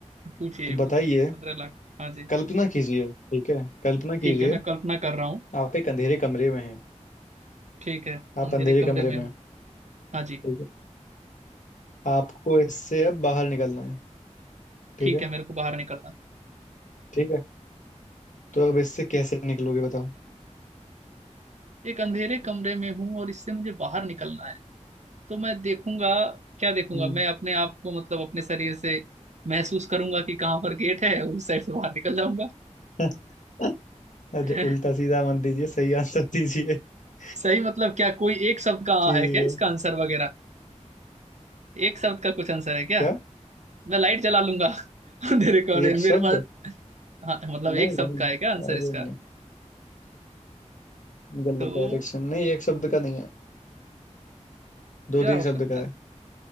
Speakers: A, on the right; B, on the left.
A: पूछिए
B: तो बताइए
A: पूछिए पंद्रह लाख हाँ जी
B: कल्पना कीजिए ठीक है कल्पना
A: ठीक
B: कीजिए
A: है मैं कल्पना कर रहा हूँ
B: आप एक अंधेरे कमरे में हैं
A: ठीक है
B: आप
A: अंधेरे
B: अंधेरे
A: कमरे
B: कमरे
A: में
B: में
A: हूँ
B: हैं,
A: हाँ जी
B: ठीक है आपको इससे अब बाहर निकलना है ठीक
A: ठीक
B: है
A: है मेरे को बाहर निकलना
B: ठीक है तो अब इससे कैसे निकलोगे बताओ
A: एक अंधेरे कमरे में हूँ और इससे मुझे बाहर निकलना है तो मैं देखूंगा क्या देखूंगा
B: हम्म
A: मैं अपने आप को मतलब अपने शरीर से महसूस करूंगा कि कहाँ पर गेट है और उस साइड से बाहर निकल जाऊंगा
B: <laughs> अरे
A: <laughs>
B: उल्टा सीधा मत दीजिए सही आंसर दीजिए <laughs>
A: सही मतलब क्या कोई एक शब्द का
B: ठीक
A: आ है क्या
B: है
A: इसका आंसर वगैरह एक शब्द का कुछ आंसर है क्या
B: क्या
A: मैं लाइट जला लूंगा <laughs> अंधेरे कमरे
B: एक
A: में
B: शब्द
A: मेरे पास हाँ मतलब
B: नहीं
A: एक
B: नहीं
A: शब्द का है क्या आंसर
B: अरे
A: इसका
B: नहीं गलत
A: तो
B: डायरेक्शन नहीं एक शब्द का नहीं है दो
A: क्या
B: तीन
A: हो
B: शब्द
A: सकता
B: का है